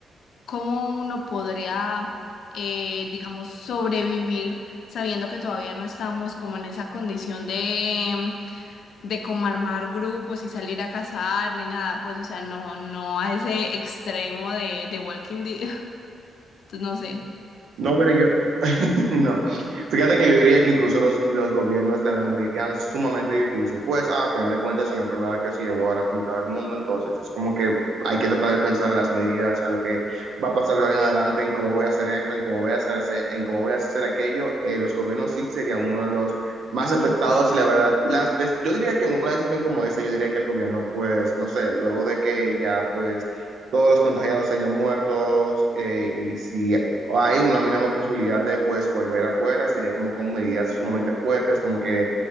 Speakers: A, on the left (about 75°); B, on the right (about 70°).
A: cómo uno podría, eh, digamos, sobrevivir sabiendo que todavía no estamos como en esa condición de, de como armar grupos y salir a cazar ni nada, pues, o sea, no, no a ese extremo de, de Walking Dead, <laughs> entonces no sé.
B: No, pero yo, <laughs> no. Fíjate que yo diría que incluso los, los gobiernos la tendrían sumamente difícil, pues al final de cuentas es una enfermedad que se llevó a la mitad del mundo, entonces es como que hay que tratar de pensar en las medidas, en lo que va a pasar de ahora en adelante, en cómo voy a hacer esto, en cómo voy a hacer, ese- en cómo voy a hacer aquello. Eh, los gobiernos sí serían uno de los más afectados y la verdad, las, des- yo diría que una decisión como esa, yo diría que el gobierno, pues, no sé, luego de que ya, pues... Todos los contagiados se hayan muertos eh, y si hay una mínima posibilidad de pues volver afuera, sería como con medidas sumamente fuertes, como que,